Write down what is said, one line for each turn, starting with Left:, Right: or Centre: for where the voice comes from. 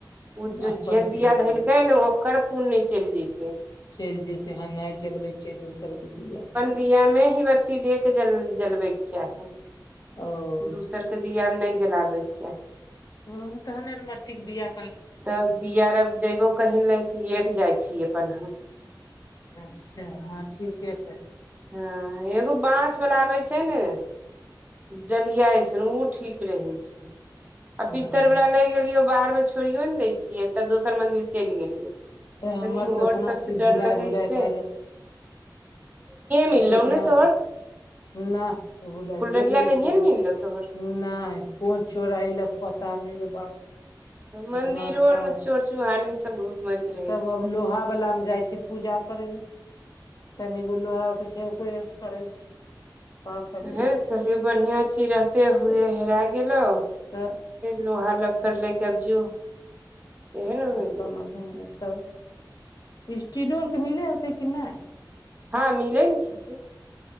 Right: उ जो
Left: अपन
Right: जे
Left: दिया
Right: दीया धेलकै
Left: जल
Right: ने ओकर पुण्य चैल जैइते
Left: चैल जैइते हँ नै जलबै केँ चाही दोसर कऽ दीया
Right: दीया में ही बत्ती देके जल जलबै केँ चाही
Left: <unintelligible>
Right: दूसर कऽ दीया में नै जलाबै कऽ चाही
Left: हु तहने न मट्टी कऽ दीया
Right: तब दीयारब जयबो कहीं लयकिये जाय छियै अपन हम
Left: अच्छा हँ ठीके
Right: हँ एगो बांस बला आबै छैय ने डलिया ऐसन उऽ ठीक रहै छैय आ
Left: ह
Right: पीत्तर वला लै गेलियौ बाहर में छोड़ियो न दैय छियै तऽ दोसर मन्दिर चैल गेलियै तनि
Left: हमर
Right: व्हाट्सएप
Left: तऽ इतना चीज
Right: स डर
Left: भुलाय
Right: लगै
Left: भुलाय
Right: छैय
Left: क जे हम
Right: मिललौ
Left: तऽ एतना
Right: ने तोहर
Left: <inaudible> नै ओहो लाइये
Right: फुलडलिया
Left: गेलखिन
Right: नहिये ने मिललौ
Left: <inaudible>
Right: तोहर
Left: नै कोन चोराय लक पता नै रे बाप
Right: मंदिरो
Left: उतना अच्छा
Right: अर में चोर चुम्हारे सब घुमैत रहै
Left: तब
Right: छै
Left: अब लोहावला में जाय छी पूजा करयल <inaudible> तनी गो लोहाक छैय ऊपरे सऽ करै छी का करियै
Right: हैय थोड़े बढ़िया चीज रहते
Left: सब
Right: हुये हेराय गेलौ।
Left: तऽ
Right: लोहा लकड़ लेके आब जो सेहे ने होइ
Left: समझ
Right: गेलौ
Left: मे एतौ स्टीलो आर के मिले हेतै कि नहि
Right: ह मिलै ने छैय